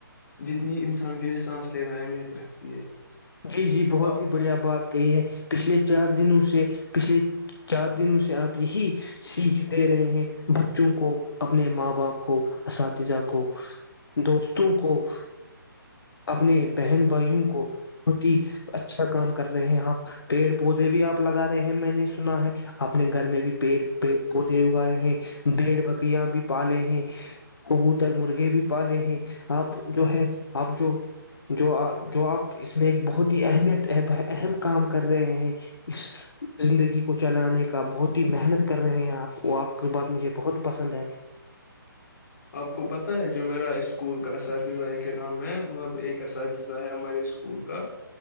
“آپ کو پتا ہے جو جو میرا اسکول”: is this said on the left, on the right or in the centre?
Left